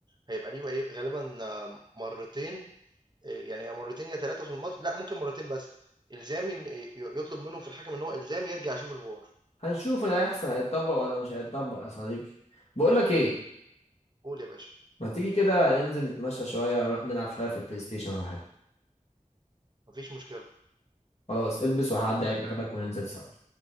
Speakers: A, on the right; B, on the left.
A: هيبقى ليه بقى غالبًا آه، مرّتين آآ يعني يا مرّتين يا 3 في الماتش لأ ممكن مرّتين بس، إلزامي إن ي يطلب منهم في الحكم إن هو إلزامي يرجع يشوف الVAR
B: هنشوف اللي هيحصل هيتطبق ولا مش هيتطبق يا صديقي بقول لك ايه
A: قُل يا باشا،
B: ما تيجي كده ننزل نتمشى شوية ونروح نلعب شوية في البلاي ستيشن ولا حاجة
A: ما فيش مشكلة،
B: خلاص البس وهعدي عليك اخدك وننزل سوا